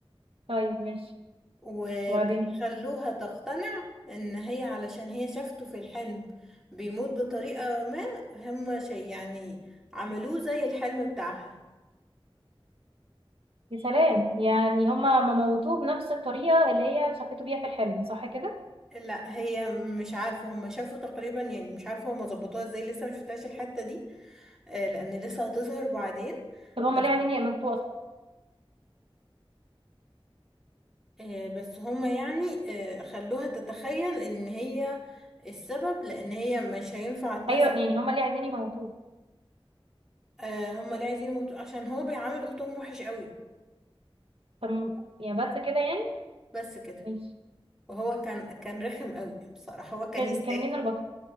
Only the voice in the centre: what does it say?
وبيخلوها
تقتنع ان هي علشان هي شافته في الحلم بيموت بطريقة ما هم شيء يعني عملوه زي الحلم بتاعها
لا هي مش عارفة هم شافوا تقريبا يعني مش عارفة هم ظبطوها ازاي لسه مشفتهاش الحتة دي آه، لان لسه هتظهر بعدين
بس
آه، بس هما يعني آه، خلوها تتخيل ان هي السبب لان هي مش هينفع تمثل
آه هما ليه عايزين يموتوا عشان هو بيعامل اختهم وحش قوي
بس كده
وهو كان كان رخم قوي بصراحة هو كان
يستاهل